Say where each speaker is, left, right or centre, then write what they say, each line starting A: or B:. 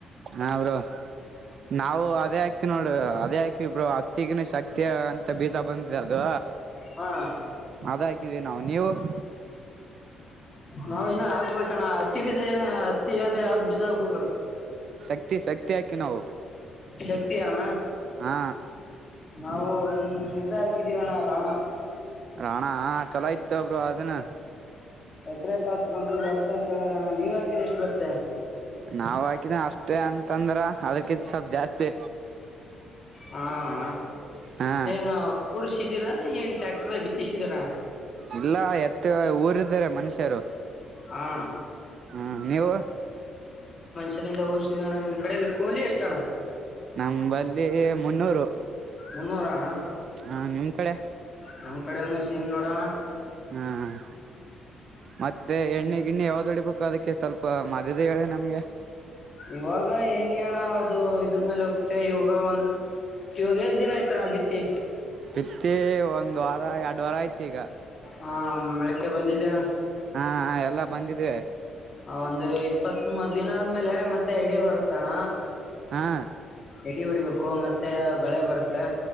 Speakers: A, on the right (about 45°); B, on the left (about 25°).
A: ಹಾ ಬ್ರರು ನಾವು ಅದೇ ಹಾಕಿ ವಿಬ್ರೋ ಅತ್ತಿಗ ಶಕ್ತಿ. ಮತ್ತ ಅಂತ ಬೀಜ ಬಂದಿದೆ ಅದು
B: ಹಾ
A: ಅದ ಹಾಕಿದೀವಿ ನಾವು ನೀವು. <inaudible>
B: ನಾವ್ ಏನ ಹಾಕ್ಬೇಕಣ್ಣ ಹತ್ತಿ ಬೀಜ ಏನ ಅತ್ತಿ ಅ್ ಯಾವ್ದ್ ಬೀಜ ಹಾಕ್ಬೇಕಣ್ಣ
A: ಶಕ್ತಿ ಶಕ್ತಿಹಾಕಿವಿ ನಾವು
B: ಶಕ್ತಿಯಣ್ಣ
A: ಹಾ
B: ನಾವು ಹ್ಮ ಇದ ಹಾಕಿದೀರಣ್ಣ ರಾಣ
A: ರಾಣ ಚಲೋ ಇತ ಒಬ್ರು ಅದನ್ನ
B: ಎಕ್ರ ಹತ್ತು ಕ್ವಿಂಟಲ್ ಬರುತ್ತ ಅಂತ ಹೇಳರಣ ನೀವ್ಯ ಕಿದ್ ಎಷ್ಟು ಬರ್ತ
A: ನಾವ್ ಹಾಕಿದೇ ಅಷ್ಟೇ ಅಂತಂದ್ರ ಅದಕಿ ಸ್ವಲ್ಪ್ ಜಾಸ್ತಿ
B: ಹಾ ಅಣ್ಣ
A: ಹಾ
B: ಏನು ಪುರುಷ ಈದೀರಾ ಏನ್ ಟ್ಯಾಕ್ಟರ್ ಬಿತ್ತಿಸಿದೀರಾ
A: ಇಲ್ಲ ಎತ್ತು ಊರ್ದಾರೆ ಮನುಷ್ಯರು
B: ಹಾ
A: ಹ್ಮ್ ನೀವು
B: ಯದ ಊರಿಸಿದೋಣ್ಣ ನಿಮ್ಮ್ ಕಡೆಯಲ್ಲಿ ಕೋಲಿ ಎಷ್ಟೋಣ್ಣ
A: ನಮಂಬಲ್ಲಿ ಮುನ್ನೂರು
B: ಅಣ್ಣ ಮುನ್ನೂರು
A: ಹಾ ನಿಮ್ ಕಡೆ
B: ನಮ್ ಕಡೆನು ಸೇಮ್ ನೋಡೋಣ
A: ಹ್ಮ್ ಮತ್ತೆ ಎಣ್ಣೆ ಗಿಣ್ಣಿ ಯಾವ್ದು ಹೊಡಿಬೇಕು ಅದಕ್ಕೆ ಸ್ವಲ್ಪ ಮದದ ಹೇಳಿ ನಮ್ಗೆ
B: ಇವಾಗ ಎಣ್ಣೆ ಹಣ ಅದು ಇದ್ರ ಮೇಲೆ ಹೋಗುತ್ತೆ ಇವಾಗ ಒಂದು ಇವಾಗ ಎಷ್ಟ್ ದಿನ ಆಯ್ತ ನಾ ಬಿತ್ತಿ
A: ಬಿತ್ತಿ ಒಂದ್ ವಾರ ಎರಡು ವಾರ ಐ್ತಿ ಈಗ
B: ಹ ಮೆಳಕ್ಕೆ ಬಂದಿದ್ದೇ ಅನ್
A: ಹಾ ಎಲ್ಲ ಬಂದಿದ್ದೀವಿ
B: ಒಂದು ಇಪ್ಪತ್ ಮೂವತ್ ದಿನ ಆದ್ಮೇಲೆ ಮತ್ತೆ ಇಡಿಯ ಬರುತ್ತಣ
A: ಹಾ
B: ಎಡಿ ಹೊಡಿಬೇಕು ಮತ್ತೆ ಗಳೆ ಬರುತ್ತೆ